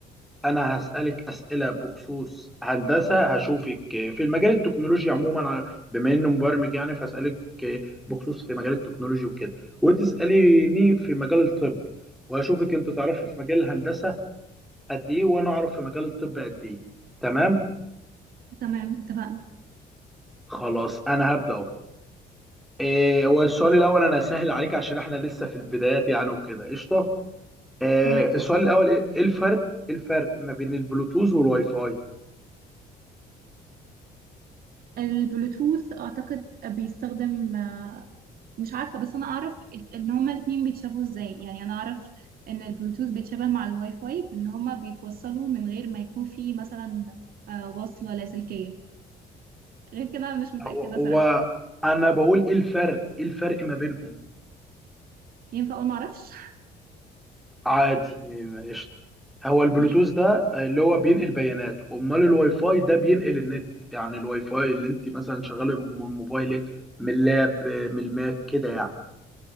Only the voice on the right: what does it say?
تمام اتفقنا
تمام
البلوتوث اعتقد بيستخدم آه، مش عارفة بس انا اعرف ان هما الاتنين بيتشابهوا ازاي يعني انا اعرف ان البلوتوث بيتشابه مع الواي فاي بان هما بيتوصلوا من غير ما يكون في مثلا آه، وصلة لاسلكية غير كده مش متأكدة
صراحة
ينفع اقول معرفش
<laughs> ماشي